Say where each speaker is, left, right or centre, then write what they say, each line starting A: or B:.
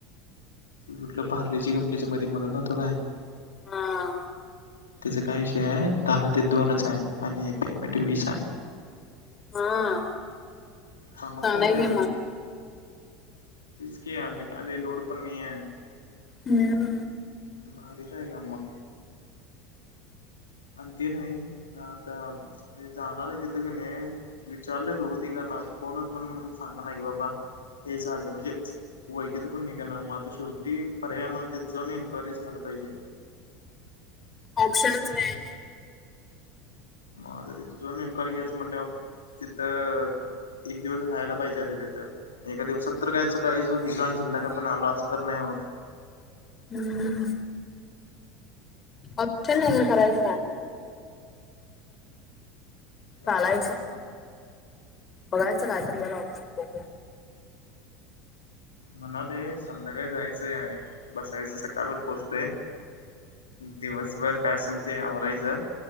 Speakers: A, on the left (about 85°); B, on the left (about 30°).
A: कुठलं पारलेजी कंपनीच मध्ये म्हणत नव्हतो काय?
B: हां.
A: ते काय विषय आहे दहा ते दोनच आहे आणि पेमेंट वीस आहे.
B: हा,
A: चांगलंच
B: सांगाय
A: आहे की
B: घे
A: रे मग. तेच की आणि काली लोड पण नाहीय.
B: हम्म.
A: भारीच आहे काम मग. अन ते नाही आता म्हणे जाणार आहे तिथ का नाही विचारलय दोघं तिघांना कोणच म्हण सांगाना की बाबा हे झालं म्हंजेच वयकीच कोण निघना म आता शेव की पर्याय म तिथ जाऊन इन्क्वायरीज घ्याला पाहिजे.
B: ऑप्शनच नाही.
A: मग आता तिथं जाऊन इन्क्वायरी घ्यायचं म्हटल्यावर तिथं एक दिवस राहायला पाहिजे आता तिथं एका दिवसात तर कायच दुपारी जो गेलो आणि संध्याकाळी पण आल असं तर नाही होत.
B: हम्म. ऑप्शन नाही करायचं काय?
A: जाऊदे
B: चालायचं
A: आता.
B: बघायचं काय आपण त्याला ऑप्शन बघू
A: म्हणाले संध्याकाळी जायचंय आहे, बसायचं सकाळ परत पोहचते. दिवसभर काय असेल ते आवरायचं